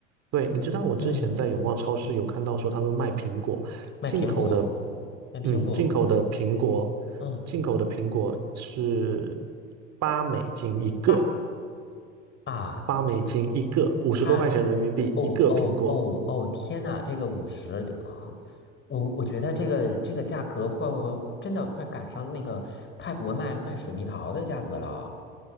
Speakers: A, on the right; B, on the left.
A: 对，你知道我之前在永旺超市有看到说他们卖苹果，
B: 嗯，卖苹果，
A: 进口的，
B: 卖苹果，
A: 嗯，进口的苹果，
B: 嗯，
A: 进口的苹果是八美金一个，
B: 八啊，
A: 八美金一个，五十多块钱人民币一个苹果。
B: 它哦哦哦哦！天呐，这个五十和我我觉得这个这个价格会真的快赶上那个泰国卖卖水蜜桃的价格了，